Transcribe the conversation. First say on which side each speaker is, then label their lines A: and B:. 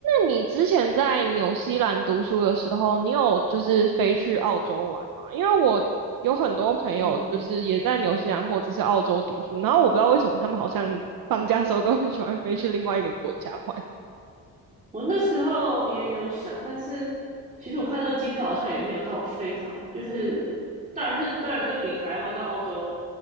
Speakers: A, on the right (about 75°); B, on the right (about 20°).
A: 你之前在纽西兰读书的时候，你有就是飞去澳洲玩吗？因为我有很多朋友就是也在纽西兰或者是澳洲读书，
B: 嗯，
A: 然后我不知道为什么他们好像放假的时候都很喜欢飞去另外一个国家玩。
B: 我那时候也有想，但是其实我看那个机票好像也没有到非常啊，就是当然是当然跟比台湾到澳洲